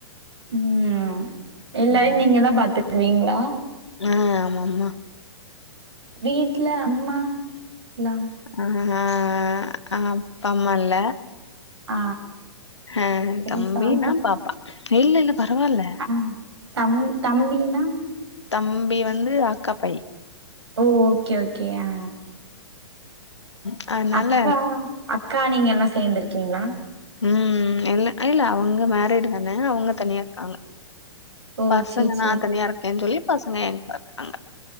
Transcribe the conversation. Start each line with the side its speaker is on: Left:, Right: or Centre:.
Right: உம் எல்லாரையு
Left: ம்
Right: நீங்க தா பாத்துக்குவீங்களா
Left: ஆ ஆமாம்மா
Right: வீட்ல அம்மா லாம்
Left: ஆஹஹ் ஆஹ் அஹப் பம்மால
Right: ஆ
Left: ஹ
Right: இது
Left: தம்பி
Right: சாரி
Left: நா பாப்பா இல்லல்லப் பரவால்ல
Right: ஆ தம் தம்பினா
Left: தம்பி வந்து அக்கா பை
Right: ஓ ஓகே ஓகே ஆ
Left: ம் அதனால
Right: அக்கா அக்கா நீங்க எல்லா சேந்துருக்கீங்ளா
Left: ம் இல்ல இல்ல அவுங்க மேரிடு தான அவுங்க தனியாருக்காங்க
Right: ஓ
Left: பசங்க
Right: சேரி சேரி
Left: நா தனியா இருக்கேன் சொல்லி பசங்க ஏங்கூடருக்காங்க